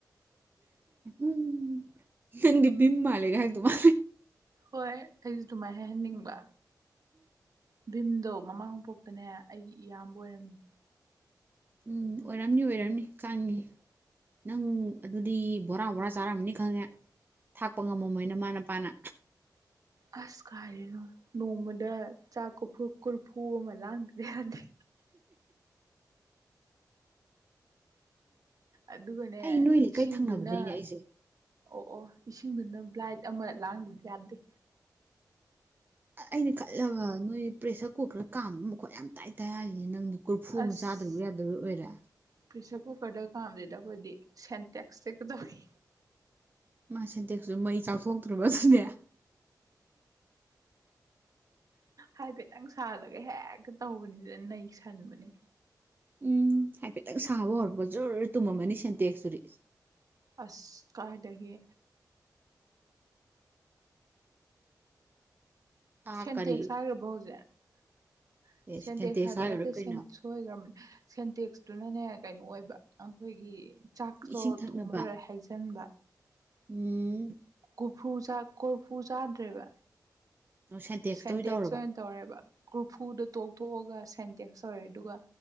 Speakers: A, on the right; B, on the right.
A: ꯎꯝ ꯆꯗꯤ ꯕꯤꯃ ꯂꯩꯦꯒ ꯍꯥꯏꯒ ꯇ ꯃꯥ
B: ꯍꯣꯏ ꯑꯩꯁꯨ ꯑꯗꯨꯃꯥꯏꯅ ꯍꯥꯏꯍꯟꯅꯤꯡꯕ ꯚꯤꯝꯗꯣ ꯃꯃꯥꯡꯄꯣꯛꯇꯅꯦ ꯑꯩꯒꯤ ꯏꯌꯥꯝꯕ ꯑꯣꯏꯔꯝꯃꯤꯅꯦ
A: ꯎꯝ ꯑꯣꯏꯔꯝꯅꯤ ꯑꯣꯏꯔꯝꯅꯤ ꯀꯪꯉꯤ ꯅꯪ ꯑꯗꯨꯗꯤ ꯕꯣꯔꯥ ꯕꯣꯔꯥ ꯆꯥꯔꯝꯃꯅꯤ ꯈꯪꯉꯦ ꯊꯥꯛꯄ ꯉꯝꯃꯝꯃꯣꯏꯅ ꯃꯥꯅꯄꯥꯅ
B: ꯑꯁ ꯀꯦ ꯅꯣꯡꯃꯨꯗ ꯆꯥꯛ ꯀꯐꯨ ꯀꯨꯔꯐꯨ ꯑꯃ ꯂꯥꯡꯗ꯭ꯔꯦ ꯍꯥꯏꯗꯤ ꯑꯗꯨꯒꯅꯦ
A: ꯑꯩ ꯅꯣꯏ ꯂꯩꯀꯥꯏ
B: ꯏꯁꯤꯡꯗꯨꯅ
A: ꯊꯪꯅꯕꯗꯩꯅꯦ ꯑꯩꯁꯦ
B: ꯑꯣ ꯏꯁꯤꯡꯗꯨꯅ ꯕ꯭ꯂꯥꯏꯠ ꯑꯃ ꯂꯥꯡꯗꯨꯗꯤ ꯌꯥꯗꯦ
A: ꯑꯩꯅ ꯈꯜꯂꯕ ꯅꯣꯏ ꯄ꯭ꯔꯦꯁꯔ ꯀꯨꯀꯔ ꯀꯥꯝꯕ ꯑꯃ ꯃꯈꯣꯠ ꯌꯥꯝ ꯇꯥꯏ ꯇꯥꯏ ꯍꯥꯏꯔꯤꯅꯦ ꯅꯪꯗꯤ ꯀꯣꯔꯨꯔꯐꯨ
B: ꯑꯁ
A: ꯑꯃ ꯆꯥꯗ꯭ꯔꯔꯤꯕꯕꯨ ꯌꯥꯗꯕꯒꯤ ꯑꯣꯏꯔꯦ
B: ꯄ꯭ꯔꯦꯁꯔ ꯀꯨꯀꯔꯗ ꯀꯥꯝꯁꯤꯗ ꯑꯩꯈꯣꯏꯗꯤ ꯁꯦꯟꯇꯦꯛꯁꯇ ꯀꯩꯗꯧꯋꯤ
A: ꯃꯥ ꯁꯟꯗꯦꯛꯁꯨ ꯃꯩ ꯆꯥꯊꯣꯛꯇ꯭ꯔꯨꯕꯁꯨꯅꯦ
B: ꯍꯥꯏꯐꯦꯠꯇꯪ ꯁꯥꯜꯂꯒ ꯍꯦꯛꯇ ꯇꯧꯕꯅꯤ ꯑꯗꯨꯅ ꯅꯩ ꯁꯟꯕꯅꯦ
A: ꯎꯝ ꯍꯥꯏꯐꯦꯠꯇꯪ ꯁꯥꯕ ꯍꯧꯔꯛꯄ ꯖ ꯇꯨꯝꯃꯝꯃꯅꯤ ꯁꯦꯟꯇꯦꯛꯁꯇꯨꯔꯤ
B: ꯑꯁ ꯀꯥꯏꯗꯒꯤ
A: ꯆꯥꯛ
B: ꯁꯦꯟꯇꯦꯛꯁ
A: ꯀꯔꯤ
B: ꯍꯥꯏꯈ꯭ꯔꯕꯣ ꯍꯧꯖꯤꯛ
A: ꯑꯦ
B: ꯁꯦꯟꯇꯦꯛꯁ ꯍꯥꯏꯕ
A: ꯍꯥꯏꯈꯔꯥ
B: ꯅꯠꯇꯦ
A: ꯀꯩꯅꯣ
B: ꯁꯣꯏꯈ꯭ꯔꯕ ꯁꯦꯟꯇꯦꯛꯁꯇꯨꯅꯅꯦ ꯀꯩꯅꯣ ꯑꯣꯏꯕ ꯑꯩꯈꯣꯏꯒꯤ ꯆꯥꯛꯇꯣ
A: ꯏꯁꯤꯡ ꯊꯛꯅꯕ
B: ꯊꯣꯡꯕ ꯂꯣꯏꯔꯦ ꯍꯩꯖꯤꯟꯕ
A: ꯎꯝ
B: ꯀꯣꯔꯐꯨ ꯀꯣꯔꯐꯨ ꯆꯥꯗ꯭ꯔꯦꯕ
A: ꯑꯣ ꯁꯦꯟꯇꯦꯛꯁꯇ
B: ꯁꯦꯟꯇꯦꯛꯁ
A: ꯑꯣꯏ ꯇꯧꯔꯕ
B: ꯑꯣꯏꯅ ꯇꯧꯔꯦꯕ꯭ꯔ ꯐꯨꯗ ꯇꯣꯛꯊꯣꯛꯑꯒ ꯁꯦꯟꯇꯦꯛꯁ ꯇꯧꯔꯦ ꯑꯗꯨꯒ